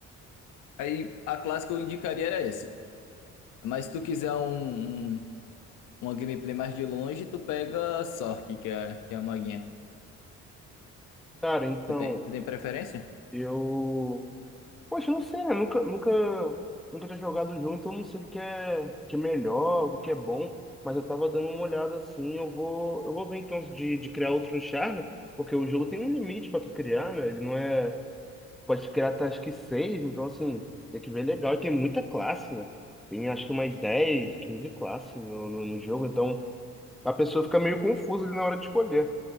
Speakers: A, on the left; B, in the centre.
A: Aí a classe que eu indicaria era essa. Mas se tu quiser um, um- uma gameplay mais de longe, tu pega a Sorc, que é, que é a maguinha.
B: Cara, então,
A: Tu tem, tu tem preferência?
B: eu. Poxa, não sei, né? Nunca, nunca, nunca tinha jogado junto, então eu não sei o que é, o que é melhor, o que é bom, mas eu tava dando uma olhada assim, eu vou, eu vou ver então de, de criar outro char, né? Porque o jogo tem um limite pra tu criar, né? Ele não é, pode criar até acho que seis, então assim, tem que ver legal, e tem muita classe, né? Tem acho que umas 10 15 classes no, no, no jogo, então a pessoa fica meio confusa ali na hora de escolher.